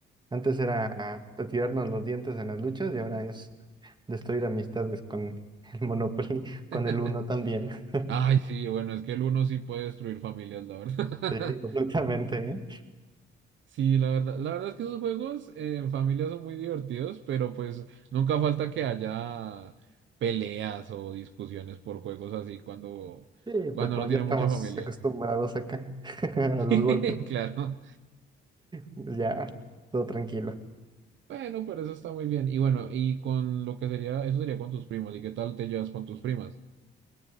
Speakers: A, on the right; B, on the right.
A: Antes era ah, tirarnos los dientes en las luchas y ahora es destruir amistades con el Monopoly, con
B: <laughs>
A: el Uno también. <laughs>
B: Ay, sí, bueno, es que el uno sí puede destruir familias, la verdad.
A: Sí, completamente,
B: <laughs>
A: ¿eh?
B: Sí, la verdad, la verdad es que esos juegos eh, en familia son muy divertidos, pero pues nunca falta que haya peleas o discusiones por juegos así cuando,
A: Sí,
B: cuando
A: pero como
B: no tiene
A: ya estamos
B: mucha familia.
A: acostumbrados acá <laughs> a
B: <laughs>
A: los golpes.
B: Claro.
A: Pues Ya, todo tranquilo.
B: Bueno, pero eso está muy bien. Y bueno, y con lo que sería, eso sería con tus primos. ¿Y qué tal te llevas con tus primas?